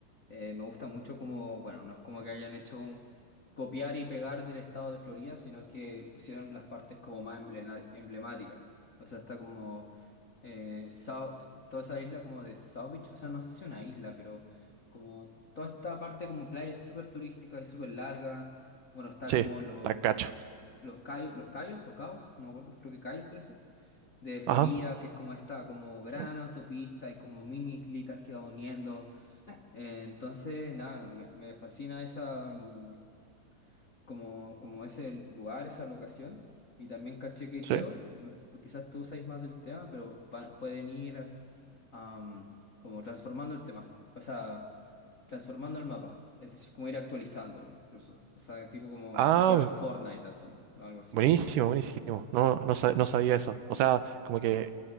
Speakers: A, on the left (about 85°); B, on the right (about 75°).
A: Eh, me gusta mucho como, bueno, no es como que hayan hecho un copiar y pegar del estado de Florida, sino que pusieron las partes como más emblena- emblemáticas. O sea, está como eh, Sau- toda esa isla como de South Beach, o sea, no sé si una isla, pero como toda esta parte como playa es súper turística y súper larga. Bueno, está
B: Sí,
A: como los,
B: la cacho.
A: los, los, cay- los cayos o caos, no me acuerdo, creo que cayos parece de Florida,
B: Ajá.
A: que es como esta como gran
B: Sí.
A: autopista y como mini islitas que va uniendo. Eh, entonces, nada, me, me fascina esa mm, como, como ese lugar, esa locación. Y también caché que
B: sí.
A: creo, no- pues quizás tú sabes más del tema, pero pa- pueden ir am, como transformando el tema, o sea, transformando el mapa, es decir, como ir actualizándolo incluso, o sea, tipo como
B: Ah,
A: si fueran
B: bu-
A: Fortnite así, o algo así,
B: buenísimo,
A: entonces,
B: buenísimo. No, no,
A: sí,
B: sa- no sabía eso. O sea, como que